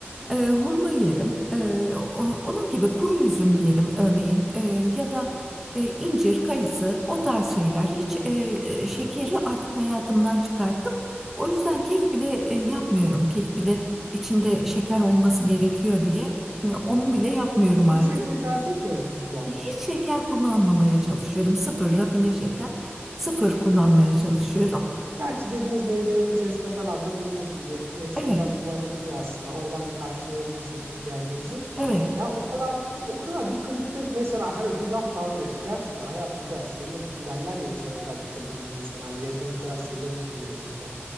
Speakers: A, in the centre; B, on the right (about 70°).
A: E, hurma yerim. E, o- onun gibi kuru üzüm yerim örneğin E, ya da e, incir, kayısı o tarz şeyler. Hiç e, e, şekeri artık hayatımdan çıkarttım. O yüzden kek bile e, yapmıyorum. Kek bile içinde şeker olması gerekiyor diye e, onu bile yapmıyorum
B: Hiç
A: artık.
B: şekeri tercih etmiyor musunuz kullanmayı?
A: Hiç şeker kullanmamaya çalışıyorum. Sıfır rafine şeker, sıfır kullanmaya çalışıyorum.
B: Gerçi dediğiniz meyvelerin içerisinde falan da dediğiniz gibi e, şeker
A: Evet,
B: barındırıyor aslında. Oradan da karşılayabilirsiniz ihtiyacınızı.
A: evet.
B: Ya o kadar o kadar dikkat etmek mesela <laughs> hani bir laf vardır ya gerçekten hayatı bu kadar seviyor musun derler ya insana bu kadar dikkat eden bir insan hani yaşamı bu kadar seviyor musun gerçekten.